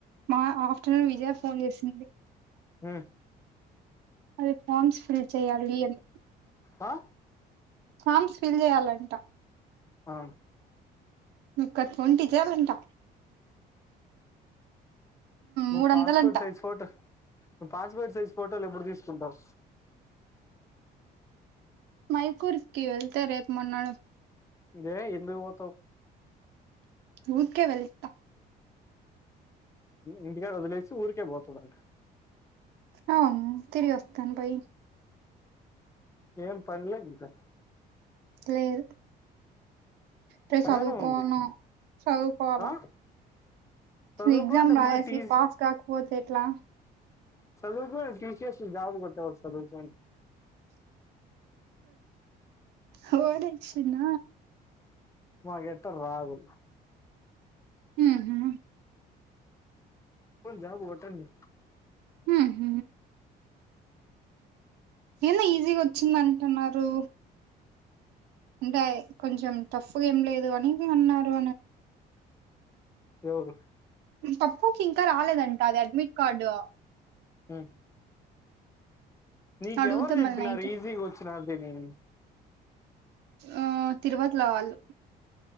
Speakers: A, on the right; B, on the left.
A: మా హాస్టల్ విజయ ఫోన్ చేసింది
B: హ్మ్
A: అది ఫార్మ్స్ ఫిల్ చెయాలి అని
B: ఆ
A: ఫార్మ్స్ ఫీల్ చేయాలంట
B: అ
A: ఇంకా త్వోంటీ చేయాలంటే
B: నువ్
A: మూడు
B: పాస్వర్ట్
A: వందలంట
B: సైజ్ ఫోటో ను పాస్వర్ట్ సైజ్ ఫోటోలు ఎప్పుడు తీసుకుంటావు
A: మైకూర్కి వెళ్తే రేపు మొన్నడు
B: ఏ ఎందుకుపోతావ్
A: ఉరికే వెళ్తా
B: ఇంటికడ వదిలేసి ఊరికే పోతుందంట
A: అవును తిరిగి వస్తాను పోయి
B: ఏం పన్లేకా
A: లేదు రే
B: అలానే
A: చదువుకోవాలన
B: ఉంది
A: చదువుకోవాల
B: ఆ చదువుకోండి
A: ఎక్సమ్
B: అమ్మా
A: రాసి
B: టీ
A: పాస్ కాకపోతే ఎట్లా
B: సదువుకు తీసేసి జాబ్ కొట్ట చదువుకోని
A: ఒడిచిన
B: మకైతే రావు
A: ఉహు
B: జాబ్ కొడతావేమి
A: హ హ ఎంలే ఈజీగా వచ్చింది అంటున్నారు అంటే కొంచెం టాఫ్ ఏం లేదు అని అన్నారు
B: ఎవురు
A: పప్పుకి ఇంక రాలేదంట అది అడ్మిట్ కార్డు
B: ఉమ్. నీకెవరు
A: అడుగుతా
B: చెప్పినారు
A: మళ్ళీ నైట్
B: ఈజీగా వచ్చినాదని
A: అ తిరుపతిలోవాళ్ళు